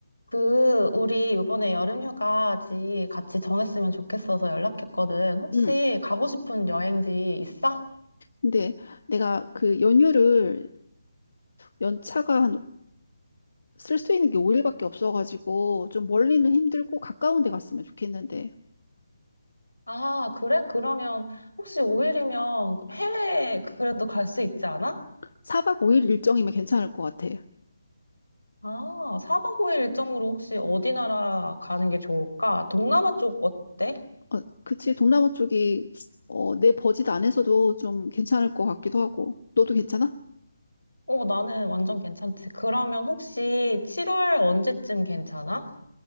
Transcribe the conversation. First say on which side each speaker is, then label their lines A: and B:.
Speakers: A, on the left; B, on the left.
A: 그, 우리 이번에 여름휴가지 같이 정했으면 좋겠어서 연락했거든. 혹시
B: 응.
A: 가고 싶은 여행지 있어?
B: 근데 내가 그 연휴를 연차가 한 쓸 수 있는 게 5일밖에 없어가지고 좀 멀리는 힘들고 가까운 데 갔으면 좋겠는데
A: 아, 그래? 그러면 혹시 5일이면 해외 그래도 갈 수 있지 않아?
B: 4박 5일 일정이면 괜찮을 것 같아.
A: 아, 4박 5일 일정으로 혹시 어디 나라 가는 게 좋을까? 동남아 쪽 어때?
B: 어, 그치. 동남아 쪽이 어, 내 버짓 안에서도 좀 괜찮을 것 같기도 하고. 너도 괜찮아?
A: 어, 나는 완전 괜찮지. 그러면 혹시 7월 언제쯤 괜찮아?